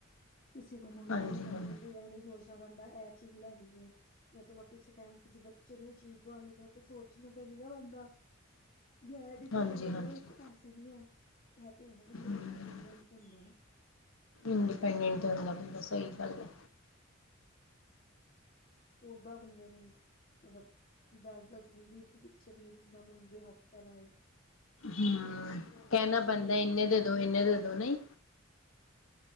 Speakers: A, on the left; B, on the left.
A: ਕਿਸੇ ਕੋਲ ਮੰਗਣੇ
B: ਹਾਂਜੀ
A: ਨੀ ਪੈਂਦੇ
B: ਹਾਂਜੀ,
A: ਕੋਈ ਇਹ ਨੀ ਸੋਚ <unintelligible> ਬੰਦਾ ਐਹ ਚੀਜ਼ ਲੈਣੀ ਏ ਜਾਂ <unintelligible> ਚਲੋ ਕਿਸੇ ਟਾਈਮ ਕਿਸੇ ਬੱਚੇ ਨੂੰ ਹੀ ਚੀਜ਼ ਦਵਾਉਣੀ ਪਏ ਤਾਂ ਸੋਚਣਾ ਤਾਂ ਨੀ ਨਾ ਪੈਂਦਾ ਐਹ ਨੀ
B: ਹਾਂਜੀ
A: ਕਹਿਣਾ ਪੈਂਦਾ
B: ਹਾਂਜੀ
A: ਮੇਰੇ ਕੋ ਪੈਸੇ ਨੀ ਹੈ ਐਹ ਤੇ ਹੈ ਨਾ ਬੰਦਾ
B: ਹੂੰ
A: ਇੰਡੀਪੈਂਡਟ ਹੁੰਦਾ ਨਾ
B: ਇੰਡੀਪੈਂਡੈਂਟ ਹੁੰਦਾ ਬੰਦਾ ਸਹੀ ਗੱਲ ਹੈ।
A: ਓਦਾਂ ਬੰਦੇ ਨੂੰ ਮਤਬ ਦਸ ਦਸ ਵੀਹ ਵੀਹ ਰੁਪਏ ਪਿੱਛੇ ਵੀ ਮੰਗੇ ਹੱਥ ਫੈਲਾਏ।
B: ਹਮ
A: ਜਿੰਨੇ ਪਹਿਲੇ ਜੋਬ
B: ਕਹਿਣਾ
A: ਕੀਤੀ
B: ਪੈਂਦਾ
A: ਦੀ ਹੈ ਨਾ
B: ਇਹਨੇ ਦੇ ਦੋ ਇਹਨੇ ਦੇ ਦੋ ਨਹੀਂ